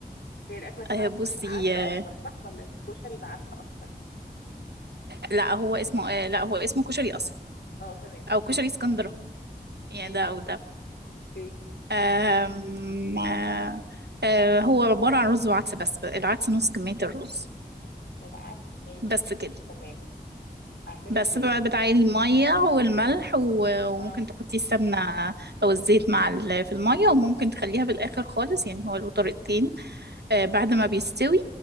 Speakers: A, on the left; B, on the right.
A: هي الأكلة اسمها
B: آه،
A: ك-
B: بصي
A: عدس
B: آه،
A: أصفر صح ولا كشري بعدس أصفر
B: لا هو اسمه آه، لا هو اسمه كشري اصفر
A: اه تمام
B: او
A: أوكي
B: كشري اسكندراني
A: ماشي
B: يعني ده او ده
A: أوكي
B: أم... آه، آه، هو عبارة عن رز وعدس بس العدس نص كمية الرز
A: طيب عدس ماشي
B: بس كده
A: تمام أعمله
B: بس
A: إزاي
B: بقى بتعيلي المية والملح و- وممكن
A: اه
B: تحطي السمنة أو الزيت مع ال- في المية وممكن تخليها في الآخر خالص يعني هو له طريقتين آه، بعد ما بيستوي
A: اه